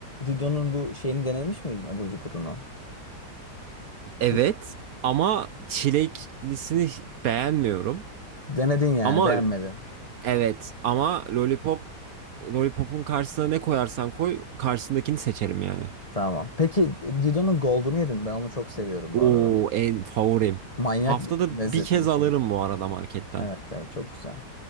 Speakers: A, on the left; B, on the right.
A: Didon'un bu şeyini denemiş miydin abur cuburunu?
B: evet
A: Di-
B: ama çileklisini beğenmiyorum.
A: Denedin yani
B: Ama
A: beğenmedin.
B: evet ama Lollipop Lollipop'un karşısına ne koyarsan koy karşısındakini seçerim yani.
A: Tamam. Peki Didon'un Gold'unu yedin. Ben onu çok seviyorum bu
B: Oo
A: arada.
B: en favorim.
A: Manyak
B: Haftada
A: bir- lezzetli
B: bir kez
A: bir şey.
B: alırım bu arada marketten.
A: Evet evet çok güzel.